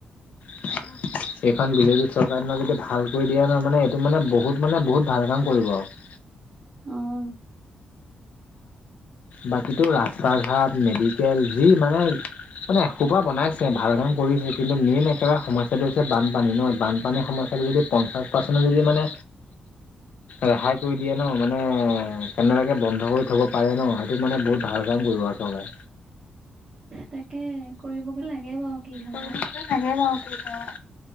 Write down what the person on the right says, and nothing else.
উম।
তাকে কৰিবগে লাগে বাৰু। কি হয়
আৰু।